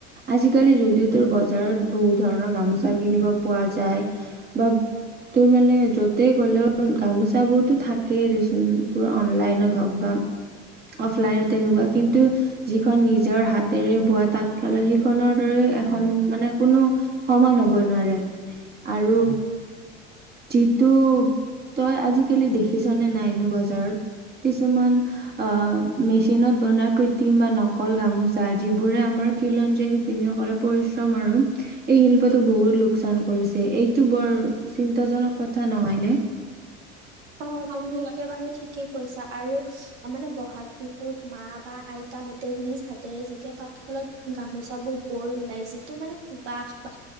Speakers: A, on the right; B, on the right.
A: আজিকালি যদিও, তোৰ বজাৰত বহুত ধৰণৰ গামোচা কিনিব পোৱা যায় বা তোৰ মানে য'তে গ'লেও, গামোচা বোৰতো থাকেই দে চোন তোৰ অনলাইনত হওক বা অফলাইনত তেনেকুৱা কিন্তু যিখন নিজৰ হাতেৰে বোৱা তাঁতশালত সেইখনৰ দৰে এখন মানে কোনো সমান হব নোৱাৰে আৰু যিটো তই আজিকালি দেখিছ নে নাইনো বজাৰত কিছুমান অ', মেচিনত বনোৱা কৃত্ৰিম বা নকল গামোচা যিবোৰে আমাৰ খিলঞ্জীয়া পিনসকলৰ পৰিশ্ৰম আৰু এই শিল্পতো বহুত লোক লোকচান কৰিছে এইটো বৰ চিন্তাজনক কথা নহয়নে।
B: অ তুমি একেবাৰে ঠিকেই কৈছা, আৰু মানে বহাগ বিহুত মা বা আই তাহতে নিজ হাতেৰে যেতিয়া তাঁতক্ষালত গামোচাবোৰ বৈ ওলাই যিটো মানে সুবাস বা